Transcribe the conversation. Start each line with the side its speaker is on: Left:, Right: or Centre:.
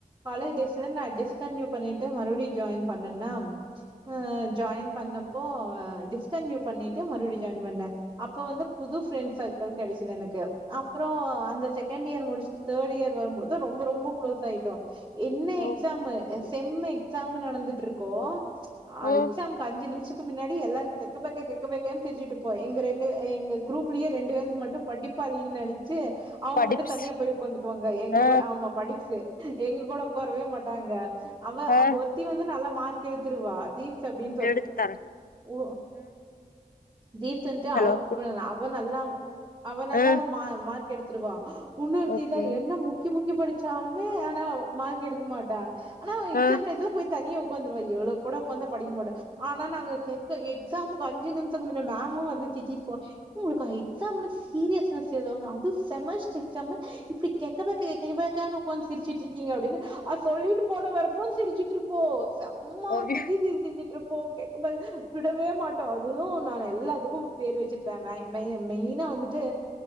Right: காலேஜ் டேஸ்ல நா டிஸ்கன்டினியு பண்ணிட்டு மறுபடியும் ஜாயின் பண்ணனா ஆ ஜாயின் பண்ணி அப்போ டிஸ்கண்டினியுபண்ணிட்டு மறுபடியும் ஜாயின் பண்ணே அப்ப வந்து புது ப்ரெண்ட் சர்க்கிள் கிடைச்சது எனக்கு அப்புறம் அந்த செகண்ட் இயர் முடிச்சுட்டு தேர்ட் இயர் வரும்போது ரொம்ப ரொம்ப க்ளோஸ் ஆயிட்டோ என்ன
Left: ஓ
Right: எக்ஸாம் அம்மு செம்மு எக்ஸாம் நடந்துட்ருக்கோ
Left: ம்
Right: எக்ஸாம்க்கு அஞ்சு நிமிஷத்துக்கு முன்னாடி எல்லாரும் கெக்க பெக்க கெக் பெக்கேனு திரிஞ்சுட்ருப்போ எங்க ரெண்டு எங்க குரூப்லயே ரெண்டு பேர் மட்டும் படிப்பாலி நெனச்சு அவங்க
Left: படிப்ஸ்
Right: மட்டும் தனியா போய் உக்காந்துக்குவாங்க எங்க
Left: ஆ
Right: கு ஆமா படிப்ஸ்ஸு எங்க கூட உக்காரவே மாட்டாங்க அவ
Left: ஆ
Right: அவ ஒருத்தி வந்து நல்லா மார்க்கெடுத்துருவா தீப்ஸ் அப்டி
Left: எடுத்து தர
Right: ஓ தீப்ஸ்சன்ட்டு
Left: ஹலோ
Right: அவ அவனல்லா அவனெல்லாம்
Left: ஆ
Right: மா மார்க்கெடுத்துருவா உன்னுர்த்திதா
Left: ஓகே
Right: என்ன முக்கி முக்கி படிச்சாலுமே ஆனா மார்க் எடுக்க மாட்டா ஆன எக்ஸாம்
Left: ஆ
Right: டையத்துல போய் தனியா உக்காந்துர்வா இவ்ழொ கூட வந்த படிக்க மாட்டா ஆனா நாங்க கேக் எக்ஸாம்க்கு அஞ்சு நிமி நாமு வந்து திட்டிப்போம் உங்களுக்கு எக்ஸாம்னு சீரியஸ்னஸ் ஏதாது அதுவு செமஸ்ட எக்சாம்மு இப்டி கெக்க பெக்க கெக்க பெக்கான் உக்காந்து சிரிச்சிட்ருக்கயே அப்படின்னு அது சொல்லிட்டு போர வரப்போ சிரிச்சுட்ருப்போ செம்ம
Left: ஓகே
Right: திடீர் சிருச்சிட்ருப்போ கெக்க புக் விடவே மாட்டோ அதுவும் நா எல்லாத்துக்கும் பேர் வச்சிருப்பே மேய் மெயினா வந்து ட்டூ